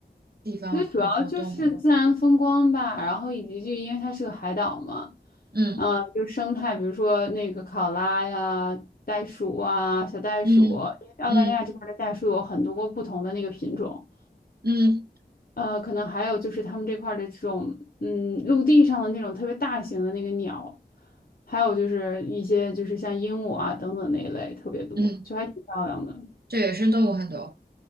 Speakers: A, on the right (about 65°); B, on the left (about 60°).
A: 地方和活动吗？
B: 我觉得主要就是自然风光吧，然后以及就因为它是个海岛嘛，
A: 嗯
B: 啊、就是生态，比如说那个考拉呀、袋鼠啊、小袋鼠，
A: 嗯嗯
B: 因为澳大利亚这边的袋鼠有很多不同的那个品种，
A: 嗯
B: 呃，可能还有就是他们这块儿的这种，嗯，陆地上的那种特别大型的那个鸟，还有就是一些就是像鹦鹉啊等等那一类特别多，
A: 嗯，
B: 就还挺漂亮的。
A: 这野生动物很多。